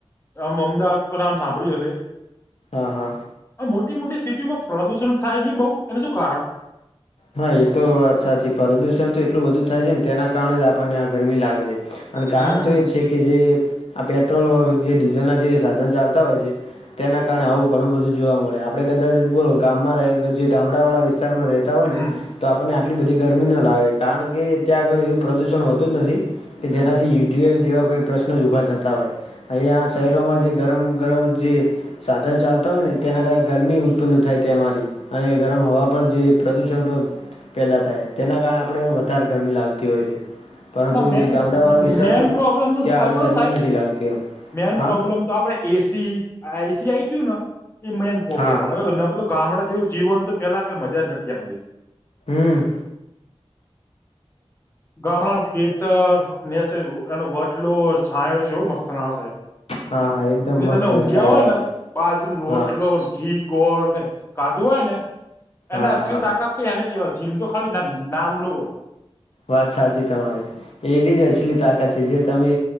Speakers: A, on the left (about 25°); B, on the left (about 70°).
A: આમ અમદાવાદ તો નામ સાંભળ્યું હશે.
B: હા હા.
A: આ મોટી મોટી સિટીઓમાં પ્રદુષણ થાય જ નહી બહુ એનું શું કારણ
B: હા એ તો વાત સાચી પ્રદુષણ તો એટલું બધુ થાય છે ને તેના કારણે જ આપણને આ ગરમી લાગે છે. અને
A: હમ
B: કારણ તો એજ છે કે જે આ પેટ્રોલ જે ડીઝલ ના જે સાધન ચાલતા હોય છે. તેના કારણે આવું ઘણું બધું જોવા મળે આપણે કદાચ જો ગામમાં રહે જે ગામડાવાળા વિસ્તારમાં રે તા હોય
A: હમ
B: ને તો આપણને આટલી બધી ગરમી ન લાગે કારણ કે ત્યાં આગળ એવું પ્રદુષણ હોતું જ નથી કે
A: હમ
B: જેનાથી <unintelligible> જેવા કોઈ પ્રશ્નો જ ઊભા થતા હોય અહીંયા શહેરોમાં જે ગરમ ગરમ જે સાધન ચાલતા હોય ને તેના કારણે ગરમી ઉત્પન્ન થાય તેમાંથી અને ગરમ હવા પણ જે પ્રદુષણ પણ પેદા થાય તેના કારણે આપણે વધારે ગરમી લાગતી હોય છે. પરંતુ
A: પણ આ મેન
B: જે ગામડાવાળા વિસ્તાર
A: મેન
B: હોય,
A: પ્રોબ્લેમ તો
B: ત્યાં
A: શું ખબર
B: આવી ગરમી
A: સાહેબ
B: નથી લાગતી, એમ.
A: મેન
B: હા.
A: પ્રોબ્લેમ તો આપડે એસી આ, એસી આવી ગયું ને, એ મેન પ્રોબ્લેમ
B: હા હા
A: નકર તો. ગામડા જેવું જીવન તો, પેહલા કંઈ મજા જ નતી આવતી.
B: હમ.
A: ગામડા નું ખેતર નેય એનો વડલો છાંયો જેવો મસ્ત ના આવે, સાહેબ!
B: હા હા એકદમ
A: એ
B: મસ્ત
A: તમે ઊંઘ્યા
B: છાયડો
A: હોય
B: આવે
A: ને, બાજરી, રોટલો,
B: હા
A: ઘી. ગોળ ને કાધું હોય ને, એને
B: હા
A: અસલી
B: હા
A: તાકાત તો એને કેહેવાય જીમ તો ખાલી નામનું હોય.
B: વાત સાચી, તમારી. એવી જ અસલી તાકાત છે, જે તમે